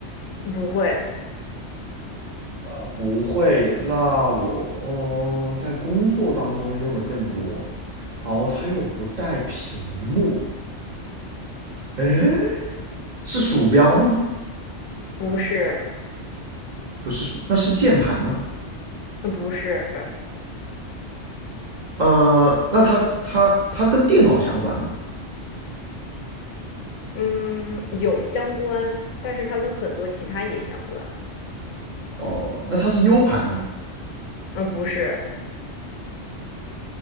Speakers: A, on the left (about 80°); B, on the right (about 50°).
A: 不会，
B: 呃，不会。那我嗯、呃在工作当中用的更多，然后它又不带屏幕。哎。是鼠标吗？
A: 不是，
B: 不是鼠，那是键盘吗？
A: 嗯不是，
B: 呃，那它它它跟电脑相关吗？
A: 嗯，有相关，但是它跟很多其他也相关，
B: 哦，那它是 U 盘吗？
A: 嗯，不是，